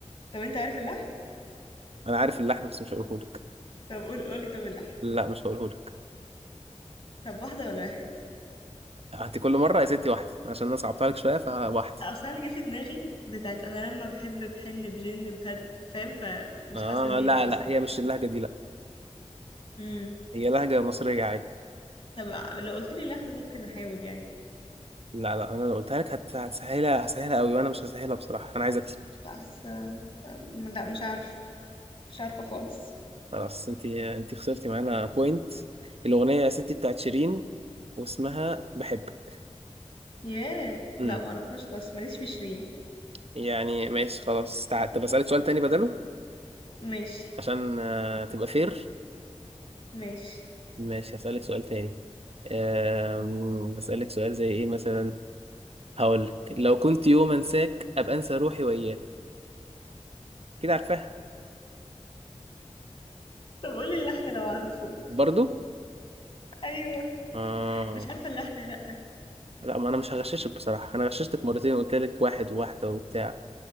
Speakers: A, on the left; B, on the right.
A: طب أنت عارف اللحن؟
B: انا عارف اللحن بس مش هقوله لك
A: طب قول قولي طب اللحن
B: لا مش هقوله لك
A: طب واحدة ولا واحد
B: هاتي كل مره يا ستي واحده عشان انا صعبتها لك شويه فواحده
A: اصلا انا جه في دماغي بتاعت انا لما بحب بحن بجن بهد فاهم فمش
B: اه
A: حاسة ان هي
B: لا
A: دي
B: لا
A: اصلا
B: هي مش اللهجه دي لا
A: امم
B: هي لهجه مصريه عادي
A: طب لو قلت لي لحن ممكن احاول يعني
B: لا لا انا لو قلتها لك هت- هتسهلها هسهلها قوي وانا مش هسهلها بصراحه انا عايز اكسب
A: لا حاسة م- لا مش عارفة مش عارفة خالص
B: خلاص انت انت خسرتي معانا بوينت الاغنيه يا ستي بتاعت شيرين واسمها بحبك
A: ياه
B: امم
A: لا ما اعرفهاش خالص ماليش في شيرين
B: يعني ماشي خلاص تع... طب اسالك سؤال تاني بدله
A: ماشي
B: عشان آه، تبقى فير
A: ماشي
B: ماشي هسالك سؤال تاني آم، اسالك سؤال زي ايه مثلا هقول لك لو كنت يوم انساك ابقى انسى روحي وياك كده عارفاها
A: طب قولي اللحن لو عارفه
B: برضو
A: ايوه
B: اه
A: مش عارفة اللحن لا
B: لا ما انا مش هغششك بصراحه انا غششتك مرتين وقلت لك واحد وواحده وبتاع